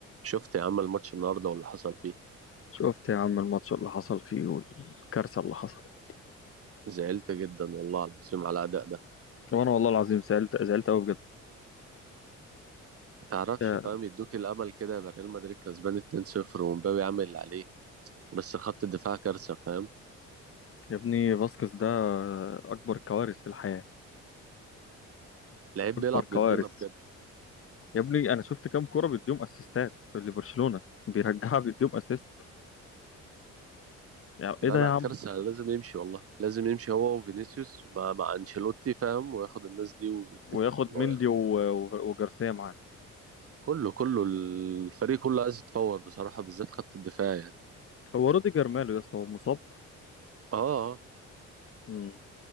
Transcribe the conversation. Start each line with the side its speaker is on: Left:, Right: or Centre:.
Right: شفت يا عم الماتش النهارده واللي حصل فيه
Left: شفت يا عم الماتش اللي حصل فيه والكارثة اللي حصلت
Right: زعلت جدا والله العظيم على الاداء ده
Left: وانا والله العظيم زعلت زعلت قوي بجد
Right: تعرفش
Left: يا
Right: فاهم يدوك الامل كده يبقى ريال مدريد كسبان 2-0 ومبابي عامل اللي عليه بس خط الدفاع كارثه فاهم
Left: يا ابني فاسكس ده اكبر كوارث في الحياة
Right: لعيب
Left: اكبر
Right: بيلعب
Left: كوارث
Right: ضدنا بجد
Left: يا ابني انا شفت كام كرة بيديهم اسيستات لبرشلونة بيرجعها بيديهم اسيست يعني
Right: لا
Left: ايه ده
Right: لا
Left: يا عم
Right: كارثه لازم يمشي والله لازم يمشي هو وفينيسيوس مع, مع انشيلوتي فاهم وياخد الناس دي ويتكل
Left: وياخد
Right: على الله
Left: مندي
Right: يعني
Left: و- و- وجارسيا معاه
Right: كله كله الفريق كله عايز يتفور بصراحه بالذات خط الدفاع يعني
Left: هو روديجر ماله يا اسطى هو مصاب
Right: اه آه،
Left: امم